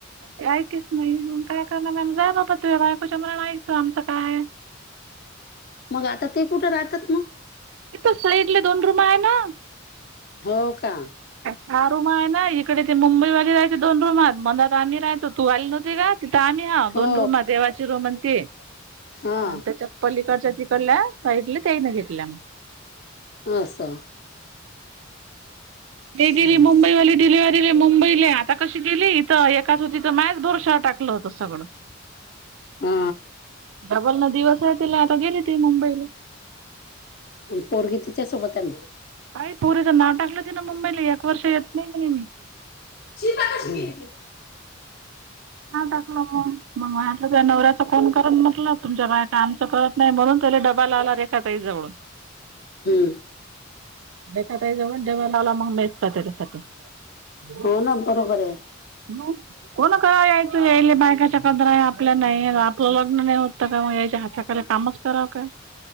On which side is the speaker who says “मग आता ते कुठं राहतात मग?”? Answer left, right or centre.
Left